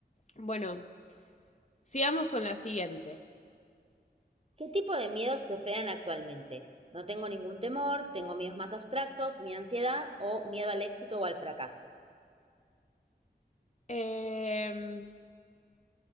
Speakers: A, on the left; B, on the right.
A: bueno, sigamos con la siguiente.
B: ¿Qué tipo de miedos te frenan actualmente? No tengo ningún temor, tengo miedos más abstractos, mi ansiedad o miedo al éxito o al fracaso.
A: Em,